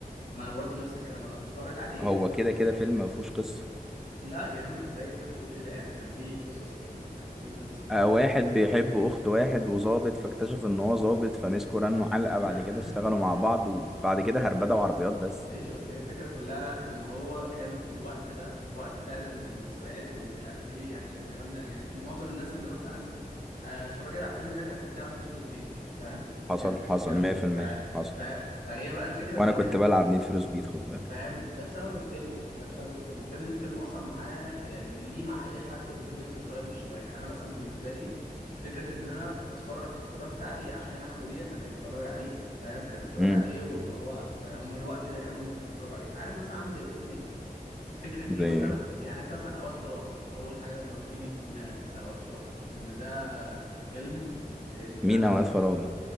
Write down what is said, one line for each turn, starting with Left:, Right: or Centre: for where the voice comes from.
Left: ما انا برضو نفس الكلام انا بتفرج عليه
Centre: هو
Left: بقى.
Centre: كده كده فيلم ما فيهوش قصه
Left: لا يا عم ازاي انت بتقول كده يا عم كان في قصص يعني كان في قصص كتيره
Centre: آه
Left: و...
Centre: واحد بيحب اخت واحد وظابط فاكتشف ان هو ظابط فمسكوا رنوا علقه بعد
Left: <laughs>
Centre: كده اشتغلوا مع بعض وبعد كده هربدوا عربيات بس
Left: ماشي بس هي الفكرة كلها إن هو كان في الوقت ده وقت فعلا السباقات ومش عارف إيه يعني الكلام ده يعني معظم الناس اللي مثلا آه، اتفرجت على الفيلم ده كانت بتلعب نيد فور سبيد فاهم
Centre: حصل
Left: كان
Centre: حصل
Left: ب... كان
Centre: 100%
Left: ف...
Centre: حصل
Left: ف... فهي بقى الفكره
Centre: وانا
Left: ان هي
Centre: كنت
Left: كانت
Centre: بلعب نيد فور سبيد خد بالك
Left: فاهم ده بسبب الفيلم ده بسبب الفيلم غير ان الفيلم اصلا معاه يعني ليه مع اي حد في الدنيا ذكريات مش طبيعيه انا مثلا بالنسبه لي فكره ان انا بتفرج اتفرجت عليه عشان اخويا كان بيتفرج عليه فاهم كان بيتفرج
Centre: امم
Left: عليه واللي هو هم الوقت ده كانوا هم بيتفرجوا عليه عارف مثلا عامل زي فيلم ايه فكرة
Centre: زي
Left: إيه مثلا؟ يعني أنت مثلا أوقات فراغ أول حاجة ما بتيجي في دماغك مثلا أوقات فراغ إن ده فيلم أنت
Centre: مين اوقات فراغنا